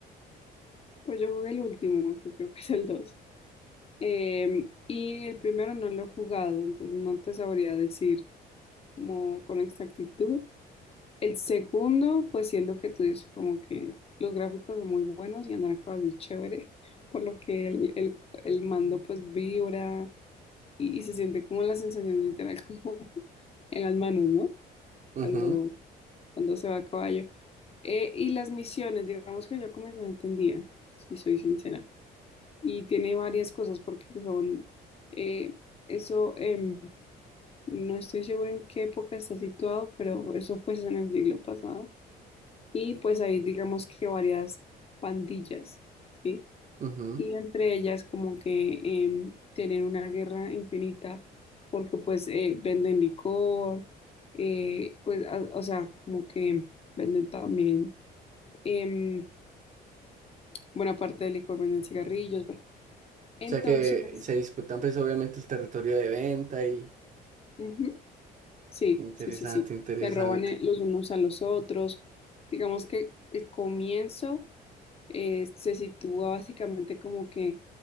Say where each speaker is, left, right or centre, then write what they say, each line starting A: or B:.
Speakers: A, on the left; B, on the right.
A: Pues yo jugué el último, que creo que es el 2. Em, y el primero no lo he jugado, entonces no te sabría decir como con exactitud. El segundo, pues sí es lo que tú dices, como que los gráficos son muy buenos y andar a caballo es chévere, por lo que el, el, el mando pues vibra y, y se siente como la sensación literal como <laughs> en las manos, ¿no?
B: Ujú,
A: Cuando, cuando se va a caballo. Eh, y las misiones, digamos que yo como no entendía, si soy sincera. Y tiene varias cosas porque son, eh, eso, em, no estoy segura en qué época está situado, pero eso fue en el siglo pasado. Y pues hay digamos que varias pandillas, ¿sí?
B: ujú.
A: y entre ellas como que em, tienen una guerra infinita porque pues eh, venden licor, eh, pues a- o sea, como que venden también, em, buena parte del licor venden cigarrillos, bueno. Entonces,
B: O sea que se disputan pues obviamente el territorio de venta y
A: ujú, sí,
B: interesante,
A: sí, sí, sí,
B: interesante.
A: se roban eh, los unos a los otros. Digamos que el comienzo eh, se sitúa básicamente como que